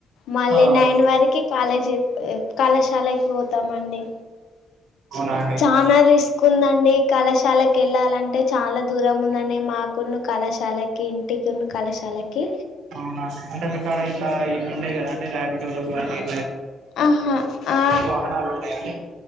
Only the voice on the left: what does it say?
మళ్ళీ
నైన్ వరకి కాలేజీ కళాశాలకి పోతామండి
చానా రిస్క్ కుందండి కళశ కాలకి వెళ్ళాలింటే చా చాలా దూరం ఉందండీ మాకున్న కళాశాలకి ఇంటికి ఉన్న కళాశాలకి
ఆహా ఆ